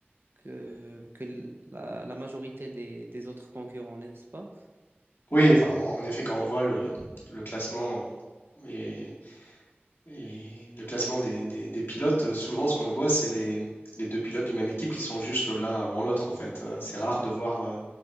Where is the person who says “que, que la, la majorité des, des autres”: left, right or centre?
Right